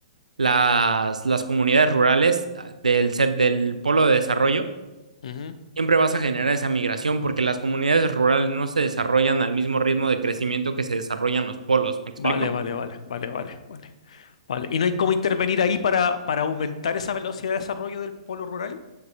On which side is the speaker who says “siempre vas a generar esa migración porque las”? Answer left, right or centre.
Right